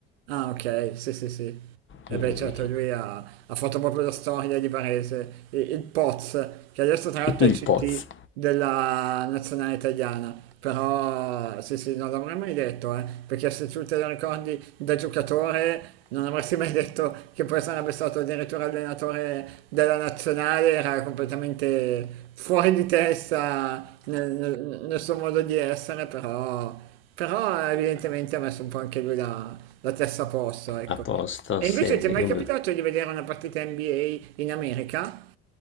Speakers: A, on the right; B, on the left.
A: Ah okay, sì, sì, sì. E
B: <laughs>
A: beh certo lui ha ha fatto proprio la storia di Varese, i il Poz, che adesso tra l'altro
B: il
A: è CT
B: Poz.
A: della nazionale italiana, però sì, sì, non l'avrei mai detto, eh, perché se tu te lo ricordi da giocatore non avresti mai detto che poi sarebbe stato addirittura allenatore della nazionale, era completamente fuori di testa nel nel nel suo modo di essere, però però evidentemente ha messo un po' anche lui la, la testa a posto, ecco.
B: A posto,
A: E
B: sì,
A: invece
B: io
A: ti è mai capitato
B: me,
A: di vedere una partita NBA in America?